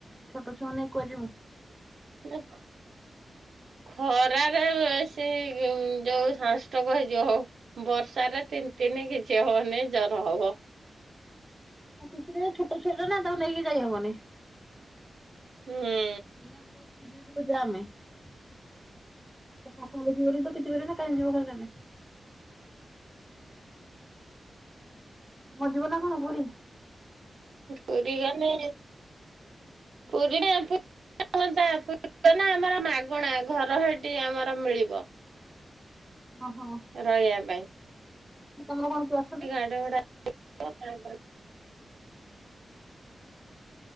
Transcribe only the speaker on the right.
<unintelligible> ଖରାରେ ବେଶୀ ଯୋଉ ସାଷ୍ଟକ ହେଇଯିବ ଆଉ। ବର୍ଷାରେ ତିନି ତିନି କିଛି ହବନି ଜର ହବ।
ହୁଁ।
ପୁରୀ ଗଲେ ପୁରୀ ନା <unintelligible> ଆମର ମାଗଣା ଘର ହେଠି ଆମର ମିଳିବ।
ରହିବା ପାଇଁ।
ସେ ଗାଡି ଭଡା <unintelligible>